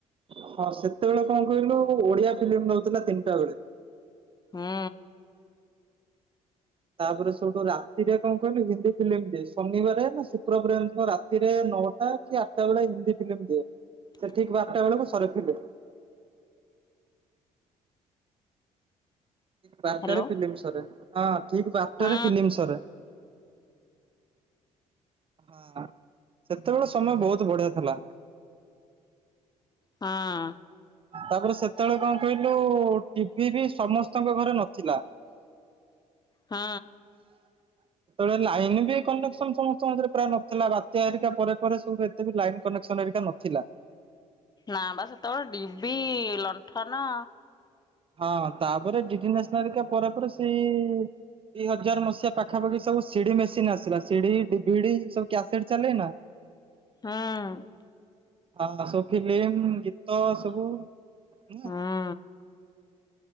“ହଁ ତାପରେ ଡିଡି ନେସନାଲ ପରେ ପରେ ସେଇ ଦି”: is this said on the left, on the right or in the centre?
Right